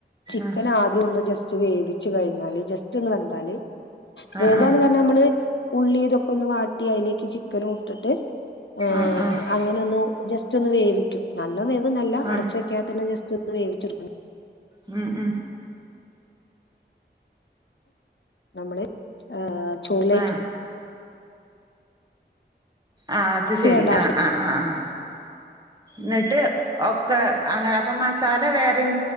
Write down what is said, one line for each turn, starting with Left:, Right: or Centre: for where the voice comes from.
Left: ചിക്കൻ
Right: ആഹ്
Left: ആദ്യം ഒന്ന് ജസ്റ്റ് വേവിച്ചു കഴിഞ്ഞാല് ജസ്റ്റ് ഒന്ന് വെന്താല് വേവാന്ന്
Right: ആഹ് ആഹ്
Left: പർഞ്ഞ നമ്മള് ഉള്ളി ഇതൊക്കെ ഒന്ന് വാട്ടി അയ്ലേക്ക് ചിക്കനൂട്ടിട്ട് ഏഹ്
Right: ആഹ് ആഹ്
Left: അങ്ങനൊന്നു ജസ്റ്റ് ഒന്ന് വേവിക്കും നല്ലോ വേവ് നല്ല അടച്
Right: ആഹ്
Left: വെക് ക്ക്യാത്തന്നെ ജസ്റ്റ് ഒന്ന് വേവിച്ചെടുക്കു
Right: ഉം ഉം
Left: നമ്മള് ഏഹ് ചോറിലേക്ക്
Right: ആഹ് ആഹ് അത് ശരി
Left: വേണ്ട ആവശ്യം
Right: ആഹ് ആഹ് ആഹ് ആഹ് ന്നട്ട് ഒക്കെ അങ്ങനെ അപ്പ മസാല വേറെയും